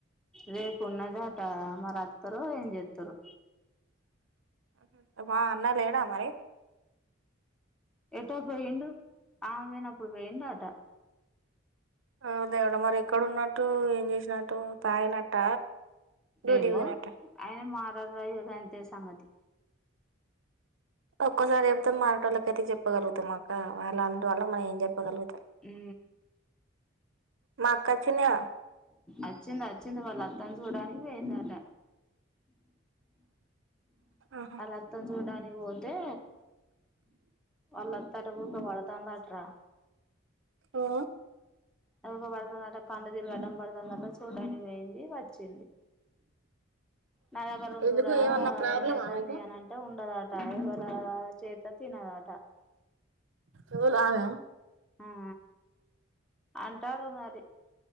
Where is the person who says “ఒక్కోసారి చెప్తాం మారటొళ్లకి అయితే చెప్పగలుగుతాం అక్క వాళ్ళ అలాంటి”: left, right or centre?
Right